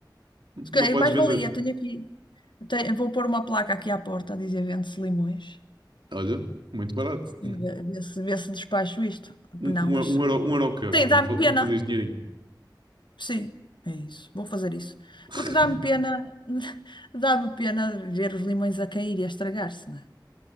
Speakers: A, on the left; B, on the right.
A: Se calhar,
B: Não podes
A: Mais
B: vender.
A: valia, tenho aqui, tenho- vou pôr uma placa aqui à porta a dizer vende-se limões
B: Olha, muito barato.
A: e ver, se, ver se despacho isto.
B: Um,
A: Não,
B: um,
A: mas
B: um
A: eh,
B: euro, um euro cada.
A: tem, dá-me
B: Não, fa- não
A: pena.
B: fazias dinheirinho.
A: Sim, é isso, vou fazer isso.
B: <laughs>
A: Porque dá-me pena, <laughs> dá-me pena ver os limões a cair e a estragar-se, não é?